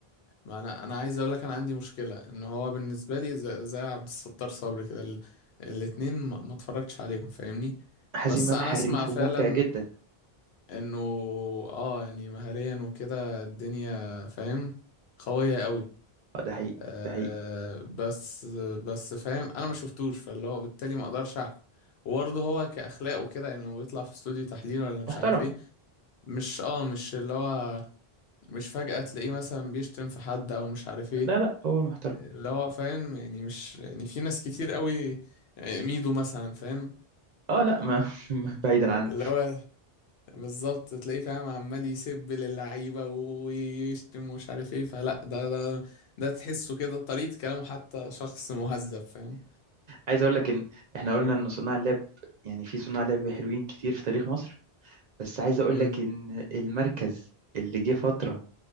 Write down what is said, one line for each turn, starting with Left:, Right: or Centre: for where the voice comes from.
Left: ما انا انا عايز اقول لك انا عندي مشكله ان هو بالنسبه لي زي, زي عبد الستار صبري كده ال- الاتنين ما, ما اتفرجتش عليهم فاهمني
Right: حازم
Left: بس
Right: امام
Left: انا
Right: حريف
Left: اسمع فعلا
Right: وممتع جدا
Left: انه اه يعني مهاريا وكده الدنيا فاهم قويه قوي
Right: اه ده حقيقي
Left: آه
Right: ده حقيقي
Left: بس بس فاهم انا ما شفتوش فاللي هو بالتالي ما اقدرش احكم وبرضه هو كاخلاق وكده يعني لما بيطلع في استوديو تحليل ولا مش
Right: محترم
Left: عارف ايه مش اه مش اللي هو مش فجأة تلاقيه مثلا بيشتم في حد او مش عارف ايه
Right: لا لا هو محترم
Left: اللي هو فاهم يعني مش يعني في ناس كتير قوي ميدو مثلا فاهم
Right: اه لا ما <laughs> بعيدا عنه
Left: اللي هو بالظبط تلاقيه فاهم عمال يسب للعيبة ويشتم ومش عارف ايه فلا ده ده ده تحسه كده طريقة كلامه حتى شخص مهذب فاهم
Right: عايز اقول لك ان احنا قلنا ان صناع اللعب يعني في صناع لعب حلوين كتير في تاريخ مصر بس عايز اقول
Left: امم
Right: لك ان المركز اللي جه فتره